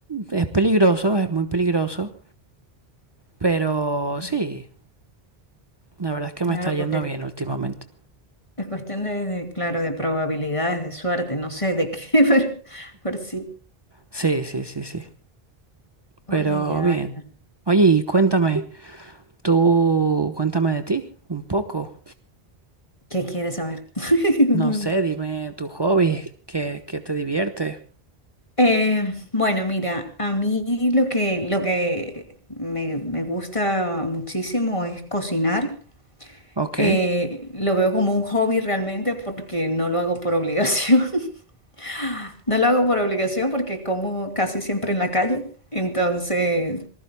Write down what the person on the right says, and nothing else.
es peligroso, es muy peligroso Pero sí,
la verdad es que
me está yendo
bien últimamente.
Sí, sí, sí, sí. Pero
bien.
Oye, y cuéntame, tú cuéntame de ti un poco.
No sé, dime tu hobby, qué, qué te divierte.
Ok,